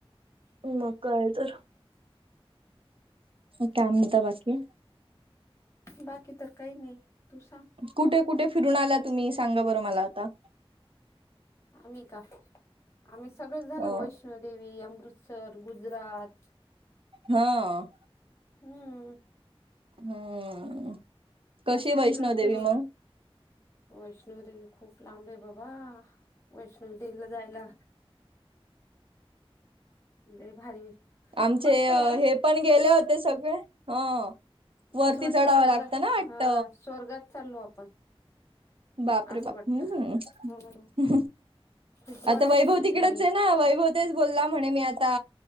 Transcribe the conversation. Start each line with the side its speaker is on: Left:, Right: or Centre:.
Right: ह मग कायतर काय म्हणता बाकी?
Left: बाकी तर काही नाही. तू सांग.
Right: कुठे कुठे फिरून आला तुम्ही सांगा बरं मला आता.
Left: आम्ही का आम्ही सगळं झालो
Right: अ
Left: वैष्णोदेवी, अमृतसर, गुजरात
Right: हां.
Left: हम्म.
Right: हम्म कशी
Left: सगळीकडे
Right: वैष्णवदेवी
Left: फिरून
Right: मग
Left: वैष्णोदेवी खूप लांब आहे बाबा वैष्णो देेवीला जायला. ते भारी
Right: आमचे
Left: मस्त आहे
Right: हे पण गेले होते सगळे ह वरती
Left: असं वाटते
Right: चढावं
Left: स्वर्ग
Right: लागतं ना वाटत
Left: हा स्वर्गात चालो आपण
Right: बाप रे
Left: असं
Right: बाप
Left: वाटत
Right: हम्
Left: हो खूप
Right: आता
Left: वर आहे
Right: वैभव
Left: वैष्णोदेवी
Right: तिकडेच आहे ना वैभव ब म्हणे मी आता